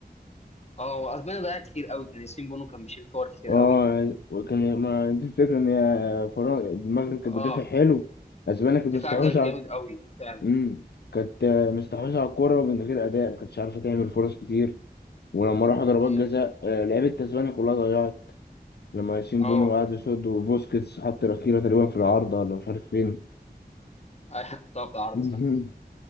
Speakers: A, on the left; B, on the left.
A: اه هو أسبانيا ضيعت كتير قوي كان ياسين بونو كان بيشيل كور كتير
B: اه
A: قوي
B: وكان ما دي الفكرة ان هي فرن- المغرب كانت
A: اه
B: بتدافع حلو اسبانيا كانت
A: الدفاع
B: مستحوذة
A: كان
B: على
A: جامد قوي فعلا
B: امم كانت آه، مستحوذة على الكورة من غير اداء ما كانتش عارفة تعمل فرص كتير ولما راحوا ضربات
A: امم
B: جزاء آه، لعيبة تسبانيا كلها ضيعت لما ياسين
A: اه
B: بونو قعد يصد وبوسكيتس حط الأخيرة تقريبا في العارضة ولا مش عارف فين
A: ايوه <laughs> طبعا عرض
B: <laughs>
A: صح